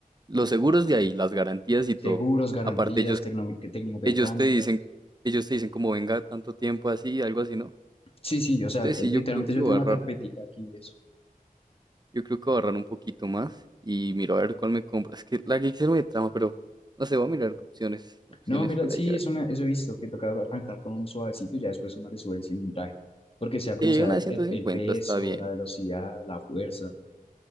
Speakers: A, on the right (about 25°); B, on the left (about 40°).
A: los seguros de ahí, las garantías y
B: Seguros,
A: todo.
B: garantías,
A: Aparte ellos
B: tecno- técnico-mecánicas.
A: ellos te dicen, ellos te dicen como venga tanto tiempo así, algo así, ¿no?
B: Sí, sí, o sea,
A: Entonces
B: eh,
A: sí,
B: literalmente
A: yo creo que
B: yo
A: voy
B: tengo
A: a ahorrar,
B: una carpetica aquí de eso.
A: yo creo que voy a ahorrar un poquito más y miro a ver cuál me compro. Es que la Gixxer me trama, pero no sé, voy a mirar opciones, opciones
B: No, mira,
A: por
B: sí,
A: ahí, a
B: eso,
A: ver qué.
B: me, eso he visto, que toca arrancar con un suavecito y ya después uno le sube el cilindraje. Porque sea como
A: Sí,
B: sea,
A: una de ciento
B: el,
A: cincuenta
B: el peso,
A: está bien.
B: la velocidad, la fuerza.